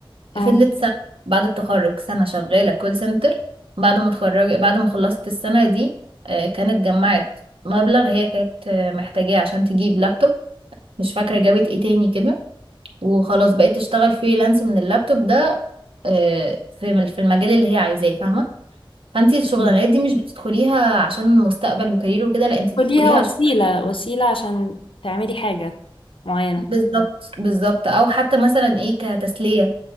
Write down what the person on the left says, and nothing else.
اه
مم.
خديها وسيلة
وسيلة عشان تعملي حاجة معينة